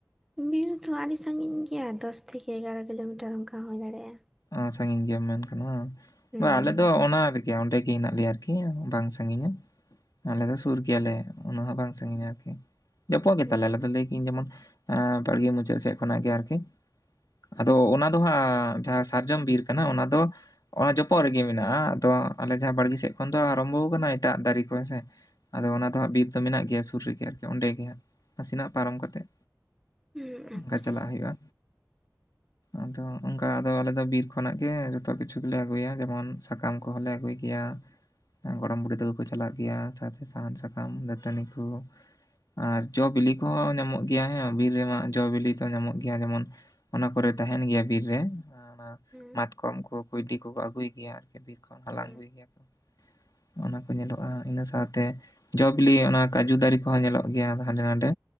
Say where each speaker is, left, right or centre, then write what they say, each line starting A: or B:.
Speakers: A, in the centre; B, on the left.
A: ᱵᱤᱨ ᱫᱚ ᱦᱟᱸᱜ ᱟᱹᱰᱤ ᱥᱟᱺᱜᱤᱧ ᱜᱮᱭᱟ ᱫᱚᱥ ᱛᱷᱮᱠᱮ ᱮᱜᱟᱨᱚ ᱠᱤᱞᱳᱢᱤᱴᱟᱨ ᱚᱝᱠᱟ ᱦᱩᱭ ᱫᱟᱲᱮᱭᱟᱜᱼᱟ᱾
B: ᱚᱸ ᱥᱟᱺᱜᱤᱧ ᱜᱮᱭᱟᱢ ᱢᱮᱱ ᱠᱟᱱᱟ ᱵᱟᱝ,
A: ᱦᱩᱸ
B: ᱵᱟ ᱟᱞᱮ ᱫᱚ ᱚᱱᱟ ᱨᱮᱜᱮ ᱚᱸᱰᱮ ᱜᱮ ᱦᱮᱱᱟᱜ ᱞᱮᱭᱟ ᱟᱨᱠᱤ ᱵᱟᱝ ᱥᱟᱺᱜᱤᱧᱟ᱾ ᱟᱞᱮ ᱫᱚ ᱥᱩᱨ ᱜᱮᱭᱟᱞᱮ ᱩᱱᱟᱹᱜ ᱦᱚᱸ ᱵᱟᱝ ᱥᱟᱺᱜᱤᱧᱟ ᱟᱨᱠᱤ᱾ ᱡᱚᱯᱚᱜ
A: ᱦᱩᱸ
B: ᱜᱮᱛᱟᱞᱮ ᱟᱞᱮ ᱫᱚ ᱞᱟᱹᱭ ᱠᱤᱧ ᱡᱮᱢᱚᱱ ᱵᱟᱲᱜᱮ ᱢᱩᱪᱟᱹᱜ ᱥᱮᱜ ᱠᱷᱚᱱᱟᱜ ᱜᱮ ᱟᱨᱠᱤ ᱠᱚ, ᱟᱫᱚ ᱚᱱᱟ ᱫᱚ ᱦᱟᱸᱜ ᱡᱟᱦᱟᱸ ᱥᱟᱨᱡᱚᱢ ᱵᱤᱨ ᱠᱟᱱᱟ ᱚᱱᱟ ᱫᱚ ᱚᱱᱟ ᱡᱚᱯᱚᱜ ᱨᱮᱜᱤ ᱢᱮᱱᱟᱜᱼᱟ ᱟᱫᱚ ᱟᱞᱮ ᱡᱟᱦᱟᱸ ᱵᱟᱲᱜᱤ ᱥᱮᱜ ᱠᱷᱚᱱ ᱫᱚ ᱟᱨᱟᱢᱵᱚ ᱠᱟᱱᱟ ᱮᱴᱟᱜ ᱫᱟᱨᱤ ᱠᱚ ᱦᱮᱸ ᱥᱮ᱾ ᱟᱫᱚ ᱚᱱᱟ ᱫᱚ ᱦᱟᱸᱜ ᱵᱤᱨ ᱫᱚ ᱢᱮᱱᱟᱜ ᱜᱮᱭᱟ ᱥᱩᱨ ᱨᱮᱜᱮ ᱟᱨᱠᱤ ᱚᱸᱰᱮ ᱜᱮ ᱦᱟᱸᱜ ᱱᱟᱥᱤᱱᱟᱜ ᱯᱟᱨᱚᱢ ᱠᱟᱛᱮᱜ
A: ᱦᱩᱸ
B: ᱚᱝᱠᱟ
A: ᱟᱪᱪᱷᱟ
B: ᱪᱟᱞᱟᱜ
A: ᱟᱪᱪᱷᱟ
B: ᱦᱩᱭᱩᱜᱼᱟ, ᱟᱫᱚ ᱚᱱᱴᱝᱠᱟ ᱟᱫᱚ ᱟᱞᱮ ᱫᱚ ᱵᱤᱨ ᱠᱷᱚᱱᱟᱜ ᱜᱮ ᱡᱷᱚᱛᱚ ᱠᱤᱪᱷᱩ ᱜᱮᱞᱮ ᱟᱹᱜᱩᱭᱟ ᱡᱮᱢᱚᱱ ᱥᱟᱠᱟᱢ ᱠᱚᱦᱚᱸᱞᱮ ᱟᱹᱜᱩᱭ ᱜᱮᱭᱟ, ᱮᱸ ᱜᱚᱲᱚᱢ ᱵᱩᱰᱷᱤ ᱛᱟᱠᱩ ᱠᱩ ᱪᱟᱞᱟᱜ ᱜᱮᱭᱟ ᱥᱟᱶᱛᱮ ᱥᱟᱦᱟᱱ, ᱥᱟᱠᱟᱢ, ᱫᱟᱹᱛᱟᱹᱱᱤ ᱠᱩ ᱟᱨ ᱡᱚ ᱵᱤᱞᱤ ᱠᱚᱦᱚᱸ ᱧᱟᱢᱚᱜ ᱜᱮᱭᱟ ᱦᱮᱸ ᱵᱤᱨ ᱨᱮᱢᱟ ᱡᱚ ᱵᱤᱞᱤ ᱛᱚ ᱧᱟᱢᱚᱜ ᱜᱮᱭᱟ ᱡᱮᱢᱚᱱ, ᱚᱱᱟ ᱠᱚᱨᱮ ᱛᱟᱦᱮᱸᱱ ᱜᱮᱭᱟ ᱵᱤᱨ ᱨᱮ ᱦᱮᱸ ᱚᱱᱟᱢᱟᱛᱠᱚᱢ
A: ᱦᱩᱸ
B: ᱠᱚ, ᱠᱩᱭᱰᱤ ᱠᱚᱠᱚ ᱟᱹᱜᱩᱭ ᱜᱮᱭᱟ ᱟᱨᱠᱤ ᱵᱤᱨ ᱠᱷᱚᱱ ᱦᱟᱞᱟᱝ
A: ᱦᱩᱸ
B: ᱟᱹᱜᱩᱭ ᱜᱮᱭᱟ ᱠᱚ᱾ ᱚᱱᱟ ᱠᱚ ᱧᱮᱞᱚᱜᱼᱟ ᱤᱱᱟᱹ ᱥᱟᱶᱛᱮ ᱡᱚ ᱵᱤᱞᱤ ᱚᱱᱟ ᱠᱟᱡᱩ ᱫᱟᱨᱤ ᱠᱚᱦᱚᱸ ᱧᱮᱞᱚᱜ ᱜᱮᱭᱟ ᱦᱟᱸᱰᱮ ᱱᱟᱸᱰᱮ᱾